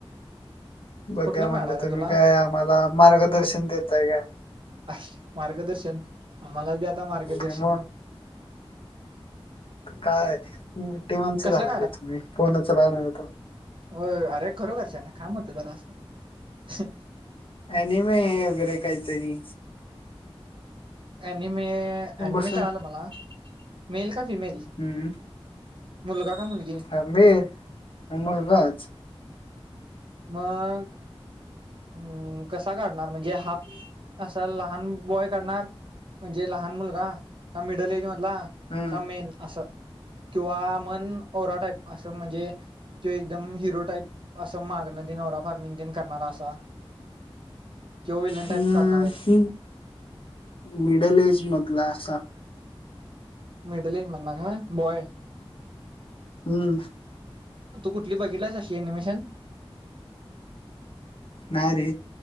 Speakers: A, on the left; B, on the right.
A: बघ
B: कुठलं
A: का म्हणलं
B: फाडायचं
A: तुम्ही
B: तुला
A: काय आम्हाला मार्गदर्शन देत जा की आणि
B: अ मार्गदर्शन आम्हाला दे आता मार्गदर्शन
A: काय मग काय मोटी माणस
B: कसलं
A: झालाय रे तुम्ही फोन उचलण आता
B: हो अरे खरोखर च्या ना काम होतं जरा हह
A: ऐनी मे वगैरे काहीतरी
B: अनिमे
A: मग
B: अनिमे
A: बसून
B: काय आलं मला मेल का फिमेल
A: हम्म
B: मुलगा का मुलगी
A: हा मेल अन मुलगाच.
B: मग हम् कसा काढणार म्हणजे हाफ असा ल लहान बॉय काढणार म्हणजे लहान मुलगा का मिडल एज म ला
A: हम्म
B: का मेन असं किंवा मन फोरा टाईप अस म्हणजे त एकदम हिरो टाईप अस मागण दे नवरा फार्मिंग करणारा असा तो विलन टाईप
A: हम्म
B: काढणार आहेस.
A: मिडल एज मधला असा
B: मिडल एज म्हणणा का बॉय
A: हम्म
B: तू कुठली बघितलास अशी एनिमेशन
A: नाय रे